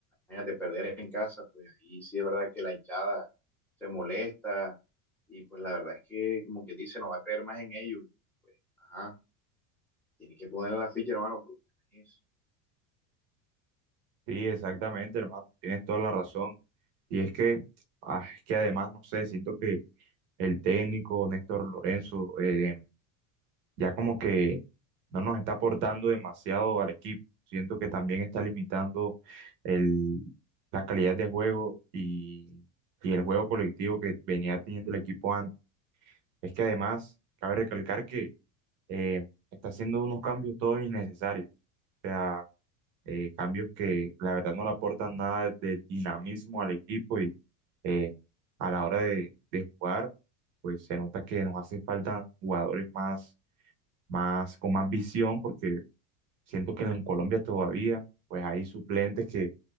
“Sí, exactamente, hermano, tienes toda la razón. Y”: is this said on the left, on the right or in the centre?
Right